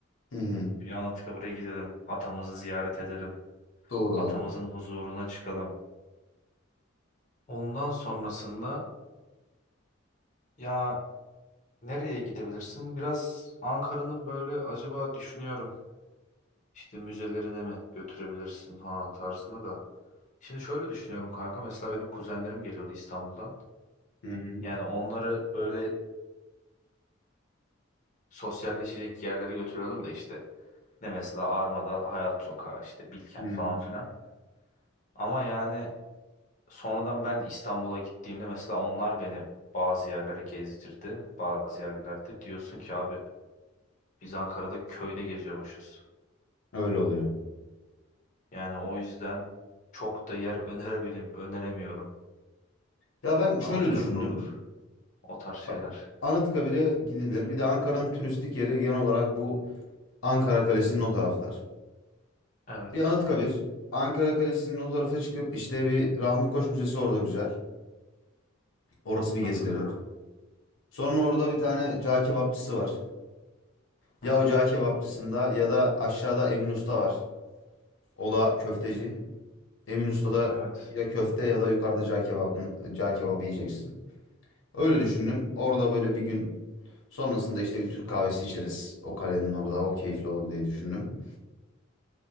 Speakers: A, on the left; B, on the left.
A: Hı hı.
B: Bir Anıtkabir'e gidelim. Atamızı ziyaret edelim.
A: Doğru
B: Atamızın
A: abi.
B: huzuruna çıkalım. Ondan sonrasında ya nereye gidebilirsin? Biraz Ankara'nın böyle acaba düşünüyorum. İşte müzelerine mi götürebilirsin falan tarzında da. Şimdi şöyle düşünüyorum kanka mesela benim kuzenlerim geliyordu İstanbul'dan.
A: Hı hı.
B: Yani onları böyle sosyalleşecek yerlere götürüyordum da işte ne mesela Arma'da Hayat Sokağı işte Bilkent
A: Hı hı.
B: falan filan. Ama yani sonradan ben İstanbul'a gittiğimde mesela onlar beni bazı yerlere gezdirdi. Bazı yerlerde diyorsun ki abi biz Ankara'da köyde geziyormuşuz.
A: Öyle oluyor.
B: Yani o yüzden çok da yer <laughs> önerebilirim, öneremiyorum.
A: Ya ben şöyle
B: Anıtkabir
A: düşündüm.
B: olur. O tarz şeyler.
A: Bak Anıtkabir'e gidilir. Bir de Ankara'nın turistik yeri genel olarak bu Ankara Kalesi'nin o taraflar.
B: Evet.
A: Bir Anıtkabir. Ankara Kalesi'nin o tarafa çıkıp işte bir Rahmi Koç Müzesi orada güzel. Orası bir
B: Katılıyorum.
A: gezilebilir. Sonra orada bir tane cağ kebapçısı var. Ya
B: Hı hı.
A: o cağ kebapçısında ya da aşağıda Emin Usta var. O da köfteci. Emin Usta'da
B: Evet.
A: ya köfte ya da yukarıda cağ kebabın, cağ kebabı yiyeceksin. Öyle düşündüm. Orada böyle bir gün sonrasında işte bir Türk kahvesi içeriz. O kalenin orada. O keyifli olur diye düşündüm.